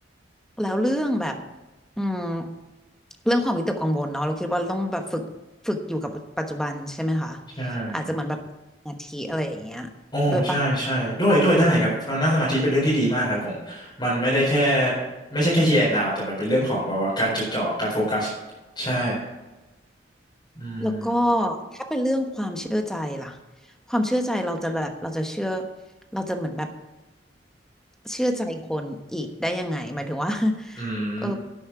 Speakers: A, in the centre; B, on the left.
A: แล้วเรื่องแบบอืมเรื่องความวิตกกังวลเนาะเราคิดว่าเราต้องแบบฝึกฝึกอยู่กับปัจจุบันใช่ไหมคะ
B: ใช่
A: อาจจะเหมือนแบบสาทิอะไรอย่างเงี้ย
B: โอ้
A: ด้วยปะ
B: ใช่ ใช่ ด้วยด้วยได้ครับการนั่งสมาธิเป็นเรื่องที่ดีมากครับผมมันไม่ได้แค่ไม่ใช่แค่ here and now แต่มันเป็นเรื่องของแบบว่าการจดจ่อการโฟกัสใช่อืม
A: แล้วก็ถ้าเป็นเรื่องความเชื่อใจล่ะความเชื่อใจเราจะแบบเราจะเชื่อเราจะเหมือนแบบ เชื่อใจคนอีกได้ยังไงหมายถึงว่า <laughs>
B: อืม
A: เออ